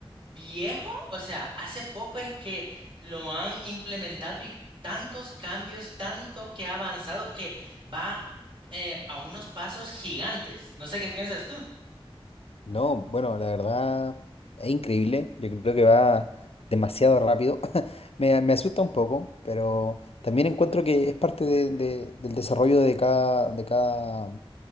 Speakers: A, on the right; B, on the left.
A: viejo, o sea, hace poco es que lo han implementado y tantos cambios, tanto que ha avanzado que va eh, a unos pasos gigantes. No sé qué piensas tú.
B: No, bueno, la verdad es increíble. Yo creo que va demasiado rápido. <laughs> Me, me asusta un poco, pero también encuentro que es parte de- de- del desarrollo de cada, de cada